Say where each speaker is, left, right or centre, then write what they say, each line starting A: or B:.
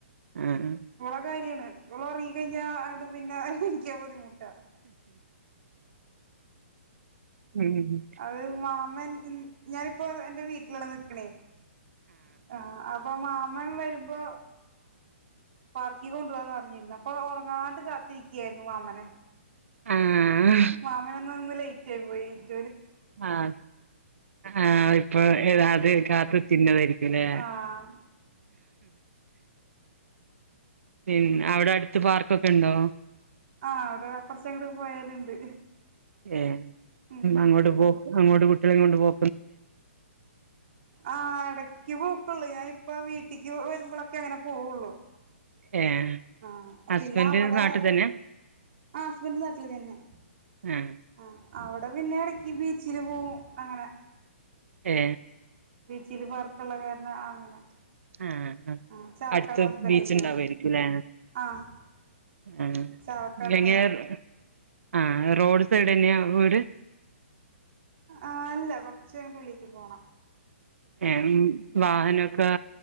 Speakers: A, on the right; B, on the right.
A: ആഹ്
B: വിള കാര്യാണ് <unintelligible> <unintelligible> അങ്ങട് പിന്നെ എണീക്കാൻ ബുദ്ധിമുട്ടാ
A: ഉം
B: അത് മാമൻ ഞാൻ ഇപ്പൊ എന്റെ വീട്ടിലാണ് നിക്കണേ ആഹ് അപ്പൊ മാമൻ വരുമ്പോ പാർക്കി കൊണ്ട് പോവാന്ന് പറഞ്ഞിരുന്നു അപ്പൊ ഉറങ്ങാണ്ട് കാത്തിരിക്കയായിരുന്നു മാമനെ
A: ആഹ്
B: മാമനന്ന <unintelligible> <unintelligible>
A: ആഹ് ആ ഇപ്പൊ ഏതാത് കാത്തു തിന്നതാരിക്കും പിന്നെ
B: ആഹ്
A: പിന്ന അവിടെ അടുത്ത് പാർക്കൊക്കെ ഉണ്ടോ
B: ആ അവിടെ കൊറച്ച അങ്ങോട്ട് പോയാലുണ്ട്
A: ഏ
B: ഉം
A: അങ്ങോട്ട് പോ അങ്ങോട്ട് <unintelligible> കൊണ്ട് പോ
B: ആഹ് ഇടക്ക് പൂക്കുള്ളു ഞാൻ ഇപ്പ വീട്ടിക്ക് വരുമ്പോളൊക്കെ അങ്ങനെ പോവുള്ളു
A: ഏഹ്
B: ആ
A: ഹസ്ബൻഡ്
B: പിന്നെ അവിടെ
A: നാട്ടിൽ തന്നെ
B: ആ ഹസ്ബൻഡ് നാട്ടിൽ തന്നെ
A: ആഹ്
B: ആ അവിടെ പിന്നെ ഇടക്ക് ബീച്ചില് പോവും അങ്ങനെ
A: ഏ
B: ചില പാർക്കുള്ള കാരന അങ്ങനെ
A: ആഹ ആ
B: ആഹ് ചാവക്കാട്
A: അടുത്ത
B: ഹസ്ബൻഡിന്റെ
A: ബീച്ച്ണ്ടാവമായിരിക്കുംല്ലേ
B: വീട് ആഹ്
A: ആ
B: ചാവക്കാടാണ്
A: ഗങ്ങർ ആ റോഡ് സൈഡ് തന്നെയ വീട്
B: ആ് അല്ല കൊറച്ചഗിട് ഉള്ളിക്ക് പോണം
A: ഉം വാഹനൊക്കെ